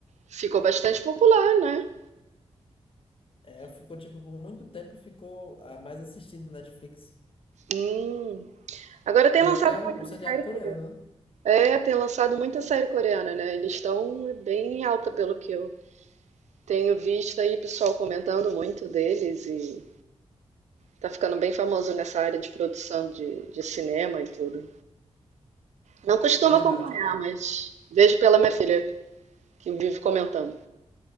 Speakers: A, on the right; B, on the left.
A: Ficou bastante popular, né?
B: É, ficou, tipo, por muito tempo ficou a mais assistida do Netflix.
A: Hum. Agora tem
B: E
A: lançado
B: é porque é
A: muita
B: um, um seriado
A: série coreana.
B: coreano, né?
A: É, tem lançado muita série coreana, né? Eles estão bem em alta pelo que eu Tenho visto aí pessoal comentando muito deles e tá ficando bem famoso nessa área de produção de, de cinema e tudo. Não costumo
B: É verdade.
A: acompanhar, mas vejo pela minha filha que vive comentando.